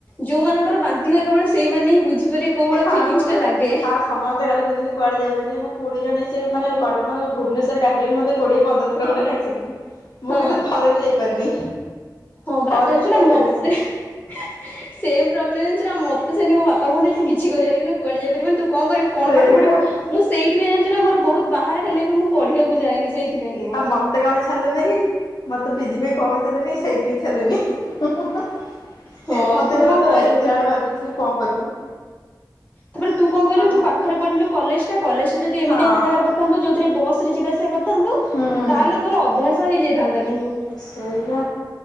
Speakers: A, on the left; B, on the left.
A: ଯୋଉ ମାନଙ୍କର ବାନ୍ତି ହୁଏ କେବଳ ସେଇମାନେ ହିଁ ବୁଝିପାରିବେ କୋଉ ଭଳିଆ
B: ଆଉ
A: ଫିଲଙ୍ଗସଟା
B: କଣ?
A: ଲାଗେ।
B: ଆଉ ସମସ୍ତେ ଖାଲି କହୁଛନ୍ତି କୁଆଡେ ଯାଇପାରେନି ମୋ ଖୁଡି ଜଣେ ସେ ମାନେ ମାନେ କୋଡି ଜଣ ସେ ମାନେ ଭୁବନେଶ୍ୱର ଡାକିଲେବି ମତେ କୋଡିଏ ପନ୍ଦରଥର ଖଣ୍ଡେ ଡାକିସାରଲେଣି ମୁଁ
A: ହଁ
B: କିନ୍ତୁ ଥରେ ବି ଯାଇପାରିନି।
A: ହଁ ପରା
B: ଥରେ
A: ଜାଣିଚୁ
B: ବି
A: ନା
B: ଯାଇପାରିନି
A: ମତେ
B: ସେ
A: ସେମ୍ ପ୍ରୋବ୍ଲେମ୍ ଜଣି ନା ମତେ ତ ସେମିତି ମୋ ବାପା କୁହନ୍ତି କିଛି କରିପାରିବୁନି କୁଆଡେ ଯାଇପାରିବୁନି ତୁ କଣ କରିବୁ କଣ
B: ସେଇବା
A: ପାଠ ପଢିବୁ ମୁଁ ସେଥିପାଇଁ ଜାଣ ଯୋଉଟା ମୋର ବହୁତ ବାହାର ହେଲେ ବି ମୁଁ ପଢିବାକୁ ଯାଏନି ସେଇଥିପାଇଁ କେବଳ।
B: ଆଉ ମତେ କଁ ପାଇଁ ଛାଡିଲେନି କି ମତେ ପିଜି ପାଇଁ କଁ ପାଇଁ ଲେନି କି ସେଇଥିପାଇ ଛାଡିଲେନି। <unintelligible>
A: ହଁ
B: ମତେ
A: କିନ୍ତୁ
B: କହିଲେ
A: କଣ
B: ତୋର
A: କରିବୁ।
B: ଏତେ ଆଡେ ବାଜୁଚି ତୁ କଣ କରିବୁ।
A: ତାପରେ ତୁ କଣ କହିଲୁ
B: ଆଉ
A: ତୁ ପାଖରେ ପଢିଲୁ କଲେଜ ଟା କଲେଜଟା ଯଦି ଏମିତିଆ
B: ହଁ
A: ଗୋଟେ ଜାଗାରେ ପଡିଥାନ୍ତ। ଯୋଉଥିରେ ବସରେ ଯିବା ଆସିବା କରିଥାନ୍ତୁ
B: ହୁଁ
A: ତାହେଲେ ତୋର ଅଭ୍ୟାସ ହେଇଯାଇଥା ନ୍ତା କିନ୍ତୁ
B: ସେଇବା